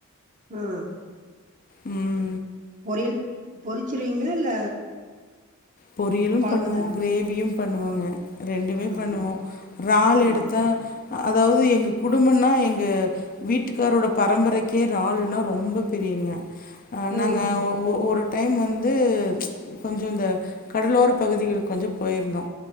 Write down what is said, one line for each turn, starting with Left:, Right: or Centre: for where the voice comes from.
Right: ம்
Left: ம்
Right: பொறெல் பொறிச்சிருவீங்ளா இல்ல
Left: பொரியலும்
Right: கொழம்பு
Left: பண்ணுவோ
Right: தானா
Left: கிரேவியும் பண்ணுவோங்க ரெண்டுமே
Right: ம்
Left: பண்ணுவோ றால்
Right: ம்
Left: எடுத்தா அதாவ்து எங்க குடும்பன்னா எங்க வீட்டுக்காரோட பரம்பரைக்கே றால்னா ரொம்ப பிரியங்க அ
Right: ம்
Left: நாங்க ஒ ஒ ஒரு டைம் வந்து கொஞ்சோ இந்த கடலோர பகுதிகளுக் கொஞ்சோ போயிருந்தோ